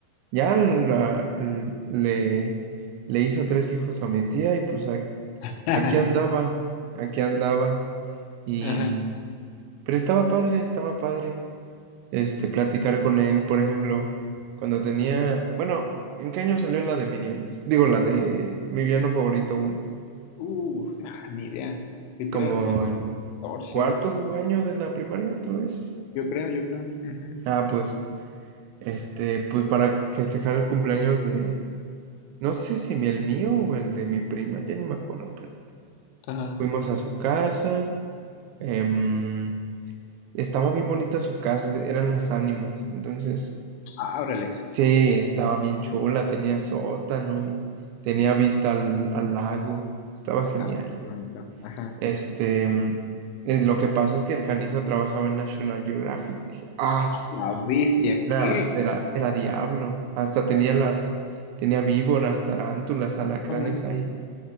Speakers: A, on the right; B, on the left.
A: ya la- le, le hizo tres hijos a mi tía y pues a-
B: <laughs>
A: aquí andaba, aquí andaba. Y,
B: Ajá.
A: mm, pero estaba padre, estaba padre, este, platicar con él, por ejemplo, cuando tenía, bueno, ¿en qué año salió la de Minions? Digo, la de mi villano favorito
B: Uh, nah, ni idea. Estoy
A: como
B: perdido como en
A: en
B: 14,
A: cuarto
B: qui-
A: año de la primaria, tal vez.
B: yo creo, yo creo. Ujú.
A: Ah, pues, este, pues para festejar el cumpleaños de, no sé si el mío o el de mi prima, ya ni me acuerdo, pero
B: Ajá.
A: fuimos a su casa, em, estaba bien bonita su casa, eran las ánimas, entonces,
B: Ah, órales.
A: sí, estaba bien chula, tenía sótano y tenía vista al, al lago, estaba genial.
B: Ah, qué bonito. Ajá.
A: Este, em, eh, lo que pasa es que el canijo trabajaba en National Geographic. Dije, ah,
B: La bestia,
A: Nada,
B: ¿qué?
A: pues era, era diablo. Hasta tenía las, tenía víboras, tarántulas, alacranes
B: No manches,
A: ahí.